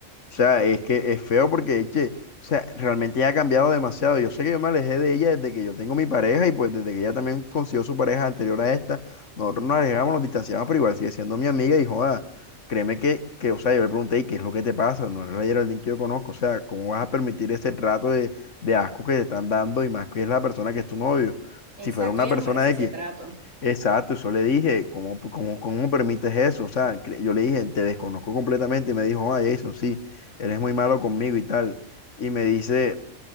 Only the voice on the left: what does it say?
O sea, es que es feo porque es que, o sea, realmente ella ha cambiado demasiado. Yo sé que yo me alejé de ella desde que yo tengo mi pareja y pues desde que ella también consiguió su pareja anterior a esta, nosotros nos alejamos, nos distanciamos, pero igual sigue siendo mi amiga y joda, créeme que, que, o sea, yo le pregunté, ¿y qué es lo que te pasa? No eres la Geraldine que yo conozco, o sea, ¿cómo vas a permitir ese trato de, de asco que te están dando y más que es la persona que es tu novio?
Si fuera una
persona
X.
Exacto, eso le dije, ¿cómo, cómo, cómo permites eso? O sea, cre- yo le dije, te desconozco completamente y me dijo, ah, Jason, sí, él es muy malo conmigo y tal. Y me dice,